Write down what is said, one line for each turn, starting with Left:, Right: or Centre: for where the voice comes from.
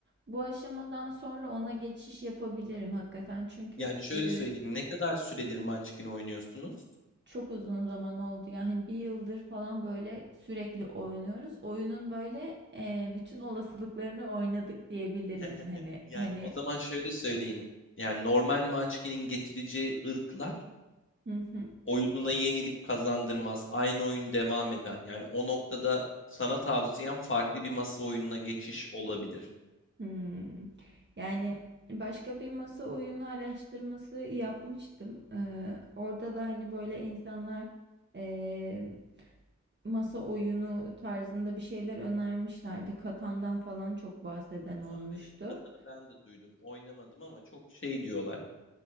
Right: bu aşamadan sonra ona geçiş yapabilirim hakikaten. Çünkü,
Left: Yani şöyle
Right: eee,
Left: söyleyeyim. Ne kadar süredir Munchkin oynuyorsunuz?
Right: çok uzun zaman oldu. Yani hani bir yıldır falan böyle sürekli oynuyoruz. Oyunun böyle e, bütün olasılıklarını oynadık diyebilirim.
Left: <laughs>
Right: Hani
Left: Yani
Right: hani
Left: o zaman şöyle söyleyeyim. Yani normal Munchkin'in getireceği ırklar
Right: hı hı,
Left: oyununa yenilik kazandırmaz. Aynı oyun devam eder. Yani o noktada sana tavsiyem farklı bir masa oyununa geçiş olabilir.
Right: hmm. Yani başka bir masa oyunu araştırması yapmıştım. Ee, orada da hani böyle insanlar e, masa oyunu tarzında bir şeyler önermişlerdi. Katan'dan falan çok bahseden olmuştu.
Left: Ha, evet, Katan'ı ben de duydum. Oynamadım ama çok şey diyorlar.